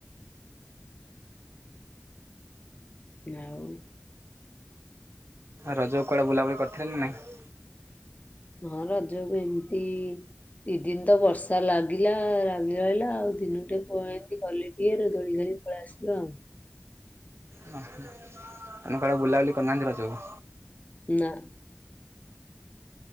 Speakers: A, on the left; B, on the right.
A: ଆଉ।
B: ରଜ କୁଆଡ଼େ ବୁଲାବୁଲି କରିଥିଲେ ନାହିଁ।
A: ମୁଁ ରଜକୁ ଏମିତି। ଦି ଦିନ ତ ବର୍ଷା ଲାଗିଲା ଲାଗି ରହିଲା ଆଉ ଦିନ ଟିକେ କ ଏମତି ଗଲି ଟିକେ ର ଦୋଳି ଖେଳି ପଳେଇ ଆସିଲୁ ଆଉ।
B: ହ ହ। ଆମେ କୁଆଡ ବୁଲାବୁଲି କରିନାହାନ୍ତି ରଜକୁ।
A: ନା।